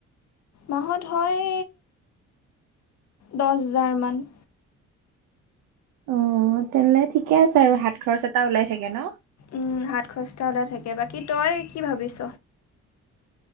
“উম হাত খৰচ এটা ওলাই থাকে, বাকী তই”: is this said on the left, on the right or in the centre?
Left